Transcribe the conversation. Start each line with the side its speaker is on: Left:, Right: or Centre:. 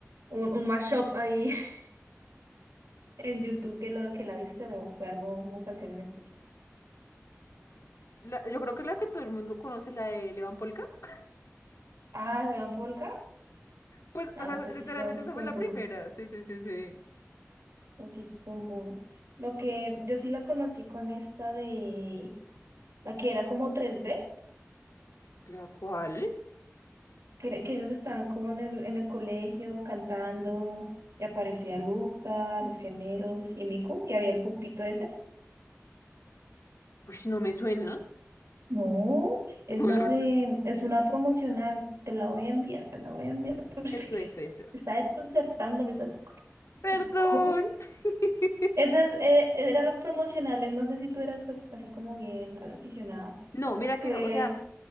Right: un, un mashup ahí <laughs> en YouTube que lo que la viste? ¿O fue algo, una canción en especial?
Left: La- yo creo que la que todo el mundo conoce, la de Levan Polka. <laughs>
Right: Ah, ¿le dan Polka?
Left: Pues,
Right: Ah,
Left: o sea,
Right: pues así
Left: literalmente
Right: fue, fue
Left: esa fue
Right: un
Left: la
Right: boom.
Left: primera. Sí, sí, sí, sí.
Right: Así fue un boom. Lo que yo sí la conocí con esta de, la que era como tres d
Left: ¿La cual?
Right: que, era- que ellos estaban como en el, en el colegio cantando y aparecía Luca, los gemelos y Miku y había el pulpito ese.
Left: Uy, no me suena. <laughs>
Right: No, es
Left: No,
Right: la
Left: la verdad.
Right: de,
Left: no.
Right: es una promocional, te la voy a enviar, te la voy a enviar.
Left: Eso, eso, eso.
Right: Me está desconcertando, me está descon-
Left: Perdón.
Right: Yo, ¿cómo?
Left: <laughs>
Right: Esas eh, eran los promocionales, no sé si tú eras as- así como bien aficionada,
Left: No, mira
Right: que
Left: que no, o sea,